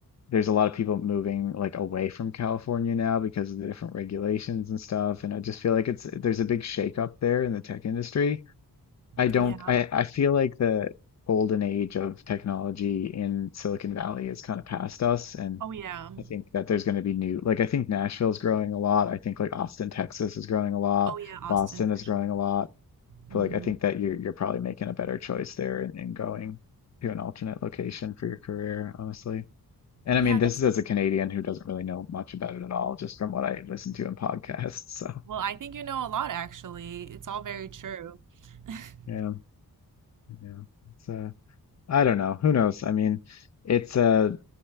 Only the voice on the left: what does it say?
there's a lot of people moving like away from California now because of the different regulations and stuff. And I just feel like it's there's a big shakeup there in the tech industry. I don't
I, I feel like the golden age of technology in Silicon Valley is kind of past us and
I think that there's going to be new like I think Nashville's growing a lot. I think like Austin, Texas is growing a lot.
Boston
is
growing a lot.
So like I think that you're you're probably making a better choice there in, in going to an alternate location for your career, honestly. And
I mean, this
is as
a Canadian who doesn't really know much about it at all, just from what I listen to in podcasts. <laughs> So
yeah, yeah. It's uh I don't know. Who knows? I mean, it's uh